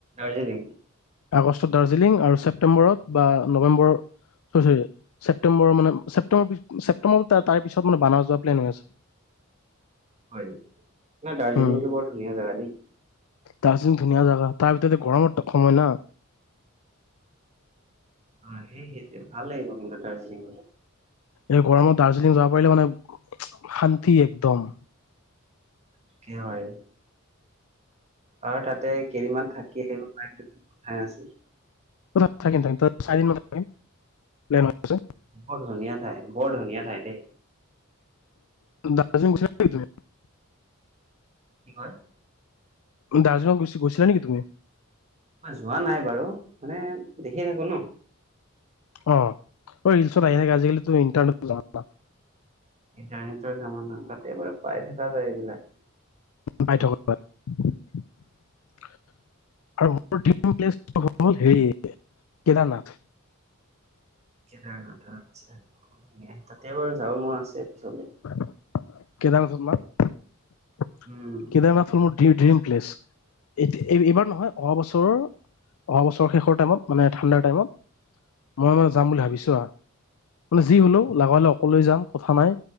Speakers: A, on the right; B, on the left.
A: দেৰি
B: আগষ্টত দাৰ্জিলিং আৰু ছেপ্টেম্বৰত বা নৱেম্বৰ, অ', চৰি ছেপটেম্বৰ মানে ছেপ ছেপটেম্ব তাৰ পিছত মান বানাৰ যোৱা প্লেন হৈ আছে।
A: হয় ন দাৰ্জিলিংটো
B: উম
A: বৰ ধুনীয়া জাগা দেই।
B: দাৰ্জিলিং ধুনীয়া জাগা তাৰ ভিতৰতে গৰমৰ সময় না।
A: অ', সেয়েহে এতিয়া ভাল লাগিব গ'লে দাৰ্জিলিং।
B: এই গৰমত দাৰ্জিলিং যাব পাৰিলে মানে শান্তি একদম।
A: একেবাৰে আৰু তাতে কেইদিনমান থাকি আহিব পাৰিলে ভাল আছিল।
B: ত থাকিম থাকিম তাত চাৰিদিন মান থাকিম। প্লেন হৈ আছে
A: বৰ ধুনীয়া ঠাই, বৰ ধুনীয়া ঠাই দেই।
B: দাৰ্জিলিং <unintelligible>
A: কি হয়?
B: দাৰ্জিলিঙত গ' গৈছিলা নেকি তুমি?
A: মই যোৱা নাই বাৰু মানে দেখি থাকো ন'।
B: অ', ৰিল্চত আহি থাকে আজিকালি ইন্টাৰনেটৰ জামানা।
A: ইণ্টাৰনেটৰ জামানা তাতেবাৰ পাই থকা যায় এইবিলাক।
B: পাই থকা আৰু মোৰ ড্ৰিম প্লেচ হ'ল হেৰি কেদাৰনাথ।
A: কোৰনাথ আচ্ছা, তাতে বাৰু যাৱ মন আছে পিছত।
B: <inaudible> কেদাৰনাথত <unintelligible>
A: উম
B: কেদাৰনাথ হ'ল মোৰ ডি-ড্ৰিম প্লেচ, এত এইবাৰ নহয় অহাবছৰ, অহাবছৰ শেষত টাইমত মানে ঠাণ্ডাৰ টাইমত, মই মানে যাম বুলি ভাবিছোঁ আৰু মানে যি হ'লেও লাগা হ'লে অকলেই যাম কথা নাই,